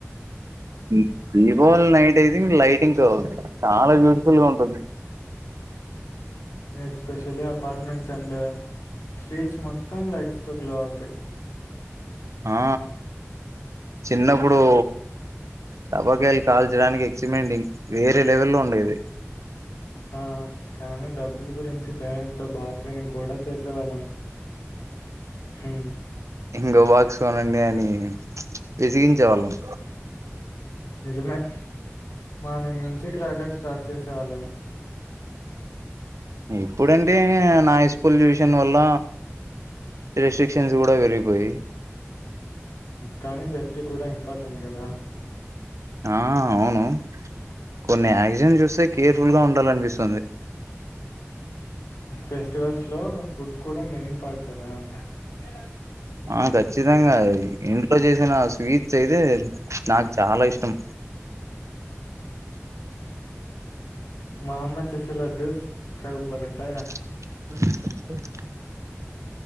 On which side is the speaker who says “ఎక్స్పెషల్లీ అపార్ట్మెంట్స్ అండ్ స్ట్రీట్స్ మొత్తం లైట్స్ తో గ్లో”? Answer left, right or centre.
Left